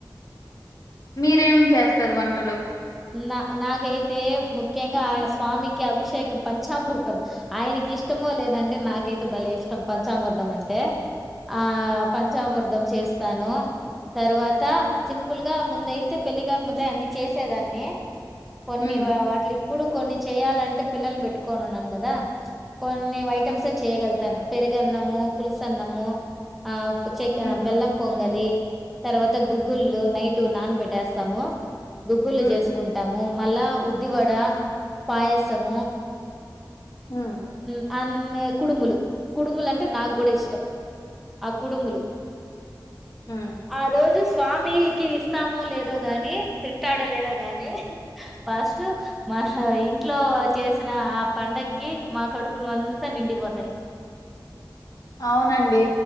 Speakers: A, on the left; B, in the centre.
A: మీరేం చేస్తారు వంటలు
B: నా నాకైతే ముఖ్యంగా ఆన స్వామికి అభిషేకం పంచామృతం ఆయనకి నాకు ఇష్టమో లేదండి నాకైతే భలే ఇష్టం పంచామృధం అంటే ఆ పంచామృతం చేస్తాను తర్వాత సింపుల్ గా ముందయితే పెళ్లి కాక అన్ని చేసేదండి కొన్ని
A: ఉమ్
B: వాటిలు ఇప్పుడు కొన్ని చేయాలంటే పిల్లని పెట్టుకోనిన్నాను కదా కొన్ని ఐటమ్స్ ఎ చేయగలుగుతాను పెరి గన్నమో పలుసన్నమ ఆ చ్చ
A: ఉమ్
B: బెల్లం పొంగలి తర్వాత గుగ్గుళ్లుు నైట్ నానబెట్టేస్తాము బుబ్బలు
A: ఉమ్
B: చేస్త మళ్ళా ఉద్దివడ పాయసము
A: హ్మ్
B: అం కుడుములు కుడుములు అంటే నాకు కూడా ఇష్టం ఆ కుడుములు
A: ఉమ్
B: ఆ రోజు స్వామికి ఇస్తామో లేదో గాని తింటాడ లేద కానీ ఫస్ట్ మా ఇంట్లో చేసిన ఆ పండగాకి మాకు కడుపులు అంతా నిండిపోతాయి
A: అవునండి